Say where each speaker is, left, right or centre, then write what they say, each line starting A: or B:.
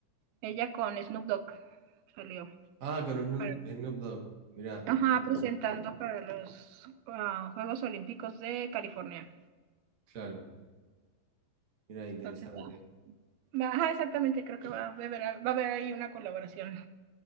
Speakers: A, on the right; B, on the right.
A: ella con Snoop Dogg salió.
B: Ah, con Snoop
A: Para,
B: Snoop Dogg, mirá.
A: ajá,
B: mirá,
A: presentando
B: mirá.
A: para los uh, Juegos Olímpicos de California.
B: Claro, mirá, interesante.
A: Entonces, ah, va, ajá, exactamente, creo que va a, haber, va a haber ahí una colaboración